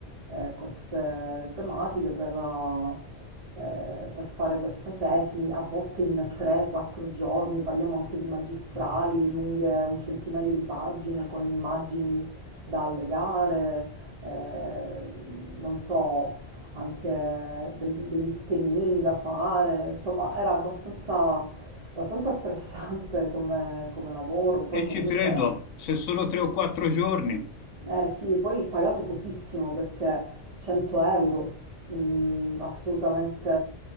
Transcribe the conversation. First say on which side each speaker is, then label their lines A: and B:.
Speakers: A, on the right; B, on the left.
A: eh, queste tematiche per, eh, eh, per fare questa tesi, a volte in 3-4 giorni, parliamo anche di magistrali lunghe un centinaio di pagine con immagini da allegare, eh, non so, anche del- degli schemini da fare, insomma era abbastanza, abbastanza stressante come, come lavoro, poi
B: e
A: comunque
B: ci credo, se sono tre o quattro giorni,
A: eh sì, poi pagato pochissimo perché 100 euro, mm, assolutamente